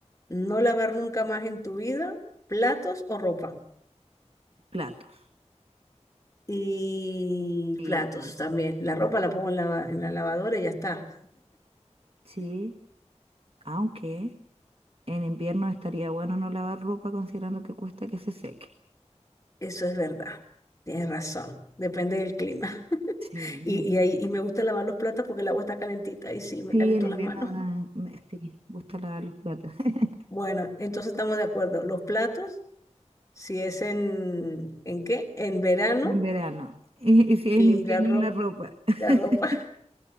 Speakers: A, on the left (about 25°); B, on the right (about 55°).
A: ¿No lavar nunca más en tu vida platos o ropa?
B: platos
A: Y
B: y
A: platos
B: platos.
A: también. La ropa la pongo en la, en la lavadora y ya está.
B: Sí, aunque en invierno estaría bueno no lavar ropa considerando que cuesta que se seque.
A: Eso es verdad. Tienes razón. Depende del clima. <laughs>
B: Sí,
A: Y, y ahí y me gusta lavar los platos porque el agua está calentita y sí, me
B: sí,
A: calentó
B: en invierno
A: las manos.
B: da- me- sí, gusta lavar los platos. <laughs>
A: Bueno, entonces estamos de acuerdo. Los platos, si es en, ¿en qué? En verano
B: En verano. Y, y si es
A: y
B: en invierno
A: la ropa.
B: la ropa, <laughs>
A: La ropa,